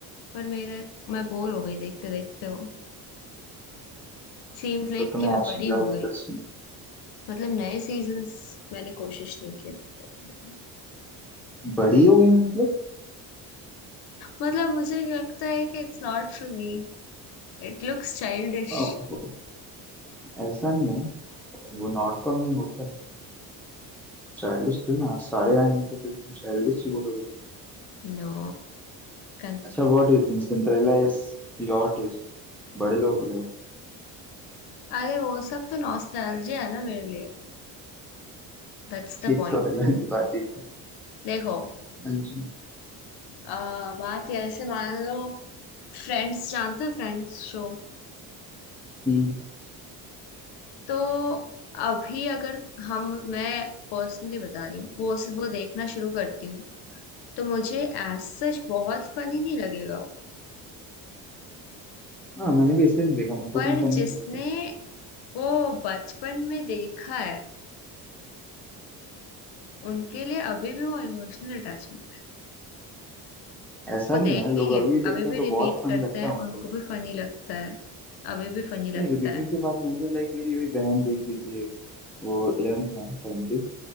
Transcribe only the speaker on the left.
पर मेरा मैं बोर हो गई देखते देखते वो सीम्ड लाइक
कि मैं
बड़ी
हो गई
मतलब नए सीजन्स मैंने कोशिश नहीं किया देखने की
मतलब मुझे लगता है कि it's not for me it looks childish
No count
me
अरे वो सब तो नॉस्टैल्जिया है ना मेरे लिए दैट्स द
पॉइंट
देखो
आ, बात ये ऐसे मान लो फ्रेंड्स जानते हो फ्रेंड्स शो
तो अभी अगर हम मैं पर्सनली बता रही हूँ वो वो देखना शुरू करती हूँ तो मुझे एज सच बहुत फनी नहीं लगेगा वो
पर
जिसने
वो बचपन में देखा है उनके लिए अभी भी वो इमोशनल अटैचमेंट है
वो
देखेंगे
अभी
भी
रिपीट
करते
हैं
उनको भी फनी लगता है अभी भी फनी
लगता
है